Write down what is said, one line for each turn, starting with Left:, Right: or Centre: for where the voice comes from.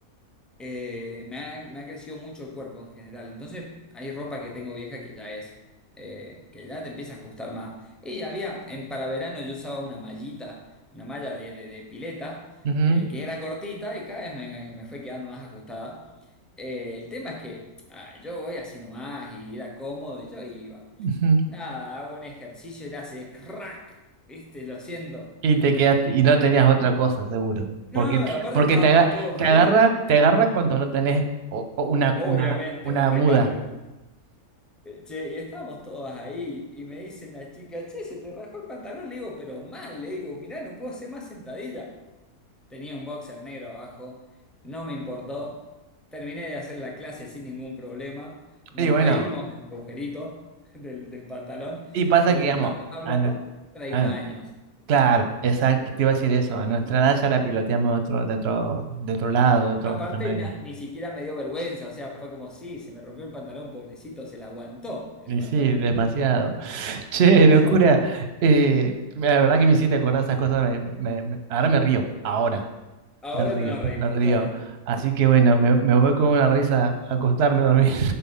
Centre: eh, me ha, me ha crecido mucho el cuerpo en general. Entonces, hay ropa que tengo vieja que ya es, eh, que ya te empieza a ajustar más. Y había, en para verano yo usaba una mallita, una malla de, de- de pileta,
Right: Ujú,
Centre: eh, que era cortita y cada vez me, me fue quedando más ajustada. Eh, el tema es que ah, yo voy así nomás y era cómodo y yo iba.
Right: ujú.
Centre: Y nada, hago un ejercicio y le hace crack, ¿viste? Lo siento.
Right: Y te quedaste, y no tenías otra cosa, seguro.
Centre: No,
Right: Porque,
Centre: aparte
Right: porque
Centre: estábamos
Right: te aga-
Centre: todos
Right: te
Centre: ahí.
Right: agarra, te agarra cuando no tenés o- o una,
Centre: Obviamente,
Right: una, una
Centre: un recambio.
Right: muda.
Centre: Eh, Che, y estábamos todos ahí y me dicen la chica, che, se te rajó el pantalón, le digo, pero mal, le digo, mirá, no puedo hacer más sentadilla. Tenía un boxer negro abajo, no me importó, terminé de hacer la clase sin ningún problema, nos
Right: Y bueno,
Centre: reímos del agujerito <laughs> del, del pantalón,
Right: y pasa
Centre: pero
Right: que, digamos,
Centre: te estamos hablando
Right: a nue-
Centre: 30
Right: a-
Centre: años.
Right: claro, exacto, te iba a decir eso. A nuestra edad ya la piloteamos de otro, de otro, de otro lado, de otro-
Centre: Aparte,
Right: de otra manera.
Centre: na- ni siquiera me dio vergüenza, o sea, fue como, sí, se me rompió el pantalón, pobrecito, se le aguantó el
Right: Y
Centre: pantalón.
Right: sí, demasiado. <laughs> Che,
Centre: Demasiado.
Right: locura. Eh, la verdad que me hiciste acordar esas cosas. me- me- me- ahora me río, ahora
Centre: Ahora
Right: me río,
Centre: te nos reímos
Right: me río.
Centre: totalmente.
Right: Así que bueno, me, me voy con una risa a acostarme a dormir.